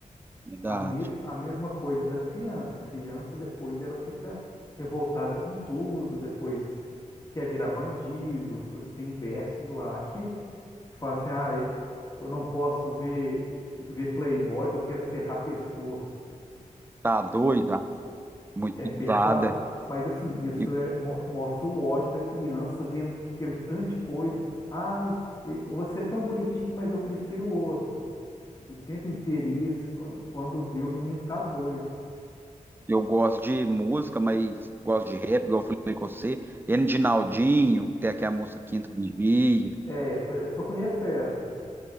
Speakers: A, on the right; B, on the left.
A: verdade.
B: A, me, a mesma coisa da criança. A criança depois ela fica revoltada com tudo, depois quer virar bandido, f- tem versos lá que que fala assim, ah, eu eu não posso ver, ver Playboy que eu quero serrar pescoço.
A: Tá doida, muito
B: É pesado,
A: usada.
B: mas assim, isso
A: E
B: é, mo- mostra o ódio da criança vendo aquele tanto de coisa. Ai, eh, você é tão bonitinho, mas eu prefiro o outro. O tempo inteiro isso, quan- quando vê o menino tá doido.
A: Eu gosto de música, mas gosto de rap, igual eu falei com você. N de naldinho tem aqui a música Quinto Vigia.
B: É essa, eu só conheço essa.